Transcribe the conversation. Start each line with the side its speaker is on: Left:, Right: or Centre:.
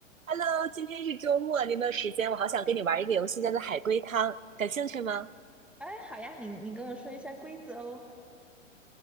Right: Hello，今天是周末，你有没有时间？我好想跟你玩一个游戏，叫做海龟汤，感兴趣吗？
Centre: 哎，好呀，你你跟我说一下规则喽。